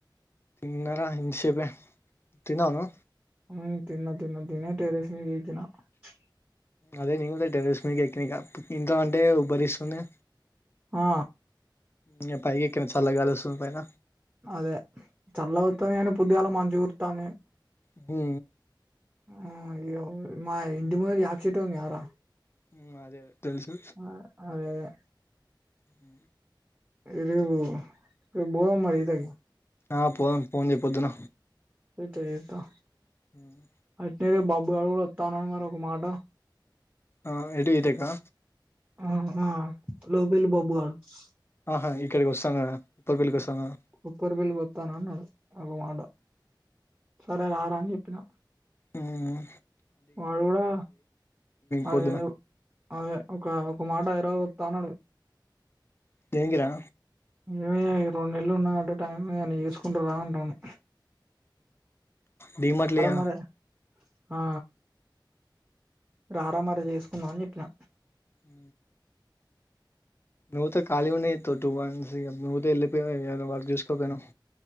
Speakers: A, on the left; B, on the right.
A: తిన్నారా ఇంతసేపే తిన్నావా నువ్వు
B: ఉ తిన్నా తిన్నా టేర స్వీకకన్నా <unintelligible>
A: అదే నేను కూడా టెరస్ మీదికి ఎక్కినా ఇంట్లో అంటే ఉబ్బరిస్తుంది.
B: ఆ
A: ఇగ పైకి ఎక్కినా చల్గగాలి వస్తుంది పైన.
B: అదే చల్లగావత్తాంది గాని పొద్దుగాల మంచుకురుతాంది.
A: మ్ హు
B: హ్మ్ ఇగ మా ఇంటి ముందర యాప చెట్టు ఉంది కదరా?
A: మ్ అదే తెలుసు
B: ఆ అదే అదే
A: హ
B: ఇ రేపు రేపుపోదాం మరి ఈతకు.
A: ఆ పోదాం పోన్ చేయ్ పొద్దున.
B: చేస్తా
A: <inaudible>
B: తేరే బాబు గాడు గూడా వత్తాను అన్నారు ఒకమాట.
A: ఆ ఏటు ఇటెక్కా
B: ఆ లోపిల్ బబుగాన్స్.
A: ఆహా ఇక్కడికి వస్తాను కదా ఉప్పరపల్లికి వస్తాను కదా
B: ఉప్పరి వెళ్ళి వస్తాను అన్నాడు ఒక మాట. సరే, రార అని చెప్పిన.
A: ఉ హ్మ్
B: వాడు కూడా అదే
A: పొద్దున
B: అదే ఒక ఒక మాట హైదరాబాదు తనడు
A: దేనికిరా
B: ఇవె రెండు నెలలు ఉన్నదాట టైం ఏమన్న చేసుకుంటర అంటండు
A: డీమార్ట్ లే ఆ
B: మరి ఆ రారామరి చేసుకుందాం అని చెప్పిన
A: ఊ నువ్వుత కాలి ఉండి ఏం జెతవ్ టు మంత్స్ ఇక నువ్వు త వెళ్లిపో ఏమన్న వర్క్ చూసుకోపోనవ్